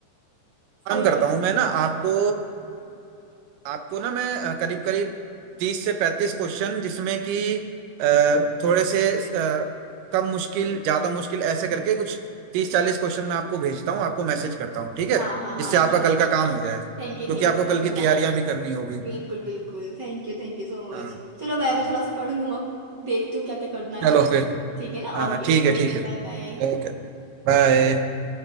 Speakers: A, on the right; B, on the right.
A: सही
B: काम करता
A: बात
B: हूँ मैं ना आपको आपको ना मैं करीब करीब तीस से पैंतीस क्वेश्चन जिसमें कि अ, थोड़े से अ, कम मुश्किल ज्यादा मुश्किल ऐसे करके कुछ तीस चालीस क्वेश्चन मैं आपको भेजता हूँ आपको मैसेज करता हूँ ठीक है
A: हाँ हाँ हाँ
B: जिससे आपका
A: ठीक है
B: कल का काम हो जाए क्योंकि
A: Thank you thank
B: आपको
A: you so
B: कल
A: much
B: की
A: यार
B: तैयारियां भी करनी होगी
A: बिल्कुल बिल्कुल thank you thank you so much
B: हाँ
A: चलो मैं अभी
B: हाँ
A: थोड़ा सा पढ़ लूँ अब देखती हूँ क्या क्या करना
B: चलो
A: है
B: फिर
A: ठीक है ना
B: हाँ
A: ओके
B: ठीक है
A: ओके
B: ठीक है
A: बाय बाय
B: Okay bye